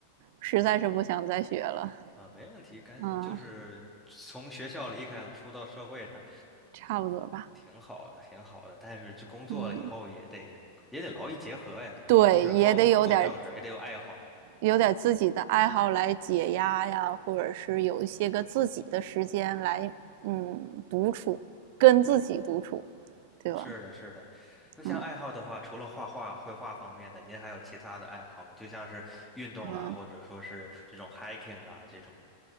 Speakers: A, on the right; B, in the centre.
A: 实在是不想再学了，
B: 啊，没问题，赶紧就是从学校离开了，
A: 嗯，
B: 出到社会上，
A: 差不多吧，
B: 挺好的，挺好的。但是就工作了以后，
A: 嗯，
B: 也得也得劳逸结合呀，也不能是光做正事儿，
A: 对，也得有点
B: 也得有爱好。
A: 有点自己的爱好来解压呀，或者是有一些个自己的时间来，嗯，独处，跟自己独处，对吧？
B: 是的，是的。那像爱好的话，
A: 嗯
B: 除了画画、绘画方面的，您还有其他的爱好吗？就像是运动啦，
A: 嗯，
B: 或者说是这种 hiking 啊这种。